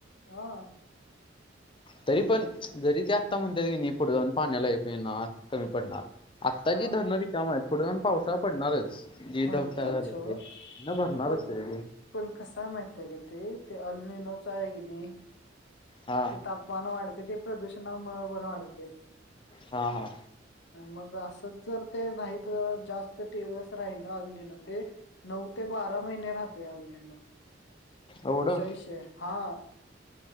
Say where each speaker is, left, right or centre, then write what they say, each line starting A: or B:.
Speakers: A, on the left; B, on the left.
A: हा
B: तरी पण जरी ते आत्ता म्हणता की नाही पुढे जाऊन पाण्याला येता नाही येणार कमी पडणार आत्ता
A: हा.
B: जी धरणाची काम आहे पुढे जाऊन पावसाळा पडणारच. जी
A: भरतात
B: ढग तयार झाले
A: सोड
B: ते ना भरणारच
A: पण
B: त रे तेे
A: पण कसयं माहित ये का ते, ते अल्नीलोच आहे की नाही
B: हा
A: ते तापमान वाढते ते प्रदूषणामुळे पण वाढते.
B: हा -हा,
A: मग असंच जर ते नाही त जास्त दिवस राहिला आलं नाही ना ते नऊ ते बारा महिने राहतेय आलनेन
B: एवढं
A: असा विषय आहे, हा